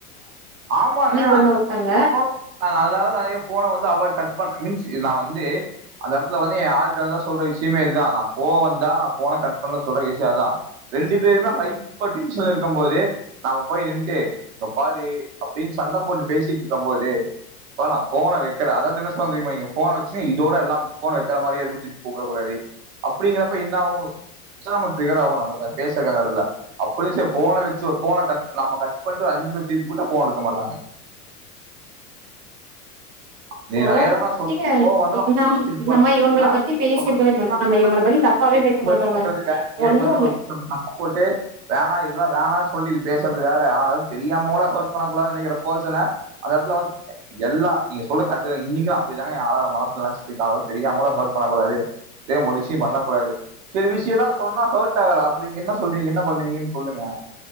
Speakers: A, on the right; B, on the right.
A: ஆமாங்க அ
B: பண்ண
A: <unintelligible>
B: ஒருத்தங்க
A: அதனால நெறைய ஃபோன வந்து அவ கட் பன் மீன்ஸ்து நா வந்து அந்த எடத்துல வந்து ஏ ஆள்ட்டதா சொல்ற விஷயமே இதுதா நா கோவோ வந்தா நா ஃபோன கட் பண்ணல சொல்ற விஷயோ அதா ரெண்டு பேருமே ஹப்பர் டென்ஷன்ல இருக்கு போது நாம போய் நின்னுட்டு பாரு அப்பிடின்னு சண்ட போட்டு பேசிட்டு இருக்கம் போது ப்பா நா ஃபோன வைக்கற அதாவது என்ன சொன்னாங் தெரியுமா நீங்க ஃபோன வச்சு இதோட எல்லாம் ஃபோன வைக்கற மாரியே திப்பி கூப்பிடக் கூடாது அப்பிடிங்கறப்ப என்னாகு <unintelligible> பேசல அந்த எடத்துல அப்பிடியு சேரி ஃபோன வச்சு ஒரு ஃபோன கட் நாம கட் பண் த்து ஐஞ்சி நிமிஷம் திருப்பி கூப்புட்டா ஃபோன் எடுக்க மாட்றாங்க நீ
B: அப்றோ
A: நெறையாதாடா சொ
B: இது
A: கோவோ வந்துரு
B: நம்
A: <unintelligible>
B: நம்ம இவங்கள பத்தி பேசிருக்கவே மாட்டோ நம்ம இவங்கள பத்தி தப்பாவே பேச மாட்டோங்க ஒன்னு
A: ஆனா வேணா சொல்லிட்டு பேசுறது வேற ஆனா தெரியாம கூட ஹாட் பண்ண கூடானு நெனைக்கிற பேர்சன அந்த எடத்துல வந் எல்லா நீங்க சொல்றது கரெட்தா இன்னிக்கு நா அப்பிடிதாங்க ஏ ஆளா மனசுல நெனச்சிட்டு இருக்கா அதலா தெரியாமகூட ஹாட் பண்ண கூடாது தெரியாம ஒரு விஷ்யோ பண்ண கூட சேரி விசியலா சொன்ன ஹாட் ஆகுற அப்புறோ என்ன சொல்றிங்க என்ன பண்றிங்க சொல்லுங்க